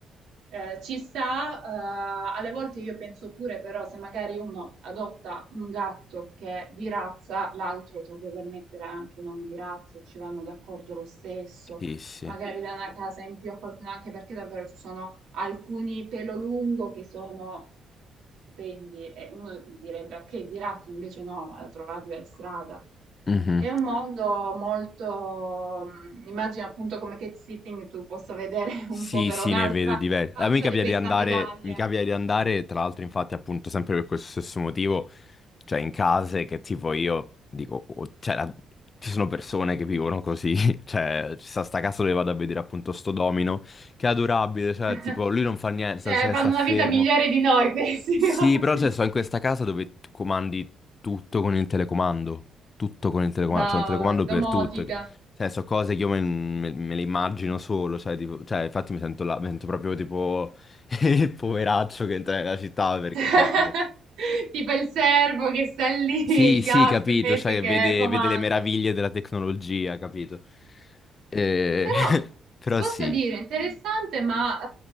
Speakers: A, on the right; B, on the left.
A: eh, ci sta, eh, alle volte io penso pure però se magari uno adotta un gatto che è di razza, l'altro te lo puoi permettere anche non di razza, ci vanno d'accordo lo stesso,
B: Sì, sì.
A: magari Mm. da una casa in più a qualcuno, anche perché davvero ci sono alcuni pelo lungo che sono stupendi e uno direbbe ok di razza, invece no, la trovati per strada.
B: Mhm.
A: È un mondo molto, mm, immagino appunto come cat sitting tu possa vedere <laughs> un
B: Sì,
A: po' per
B: sì,
A: un'altra
B: ne vedo diversi.
A: Faccia
B: A me capita
A: di questa
B: di andare,
A: medaglia.
B: mi capita di andare, tra l'altro, infatti, appunto, sempre per questo stesso motivo, cioè in case che tipo io dico, oh, cioè, la- ci sono persone che vivono così, <laughs> cioè, ci sta sta casa dove vado a vedere appunto sto domino, che è adorabile, cioè,
A: <laughs>
B: tipo, lui non fa niente, sta,
A: Cioè,
B: sta-
A: fanno
B: sta
A: una
B: fermo.
A: vita migliore di noi questi
B: Sì,
A: <laughs> ottimi.
B: però cioè, sto in questa casa dove tu comandi tutto con il telecomando. Tutto con il telecomando.
A: No,
B: C'è un telecomando
A: vabbè, domotica.
B: per tutto. Che... Cioè, so cose che io me, me- me le immagino solo. Cioè, tipo- cioè, infatti mi sento, là, mi sento proprio tipo <laughs> il poveraccio che entra nella città perché,
A: <laughs>
B: cioè, tipo-
A: Tipo il servo che sta lì,
B: Sì,
A: il gatto
B: sì, capito.
A: invece
B: Cioè, che
A: che
B: vede,
A: comanda.
B: vede le meraviglie della tecnologia, capito? Eh,
A: Però
B: <laughs> Però
A: posso
B: sì.
A: dire interessante, ma